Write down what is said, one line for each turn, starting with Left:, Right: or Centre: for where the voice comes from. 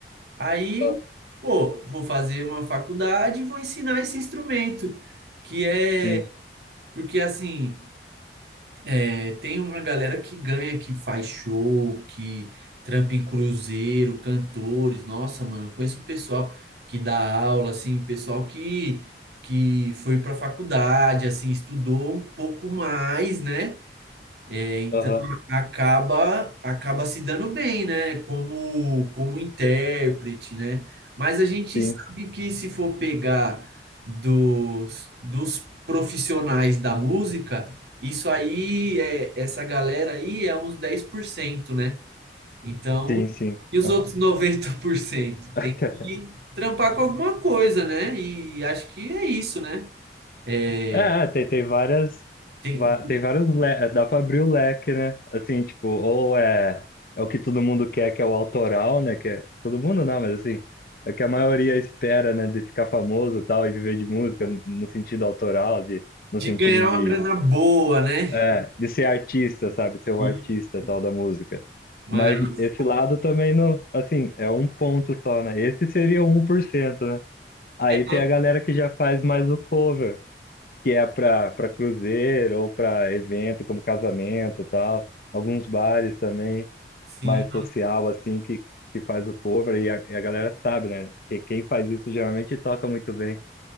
Right: Aí,
Left: Aham,
Right: pô, vou fazer uma faculdade e vou ensinar esse instrumento, que é.
Left: Sim,
Right: Porque, assim. É, tem uma galera que ganha, que faz show, que trampa em cruzeiro, cantores. Nossa, mano, eu conheço um pessoal que dá aula, assim, pessoal que, que foi para faculdade, assim, estudou um pouco mais, né? É, então
Left: aham,
Right: acaba acaba se dando bem, né? Como como intérprete, né? Mas a gente
Left: sim,
Right: sabe que se for pegar dos, dos profissionais da música, isso aí é essa galera aí é uns 10% né? Então,
Left: sim, sim.
Right: e os
Left: é.
Right: outros 90%
Left: <laughs>
Right: Tem que trampar com alguma coisa, né? E acho que é isso, né? É,
Left: É, é, tem, tem várias,
Right: tem
Left: va- tem vários, le- dá pra abrir o leque, né? Assim, tipo, ou é, é o que todo mundo quer, que é o autoral, né? Que é, todo mundo não, mas assim, é o que a maioria espera, né? De ficar famoso e tal, e viver de música no sentido autoral, de, no
Right: de
Left: sentido
Right: ganhar
Left: de,
Right: uma grana boa, né?
Left: é, de ser artista, sabe? Ser o
Right: E-
Left: artista tal da música.
Right: mas
Left: Mas esse lado também não, assim, é um ponto só, né? Esse seria o 1%, né? Aí
Right: É,
Left: tem a galera que já faz mais o cover que é para para cruzeiro ou para evento como casamento e tal, alguns bares também
Right: sim,
Left: mais social assim que que faz o cover e a, e a galera sabe, né? Que quem faz isso geralmente toca muito bem.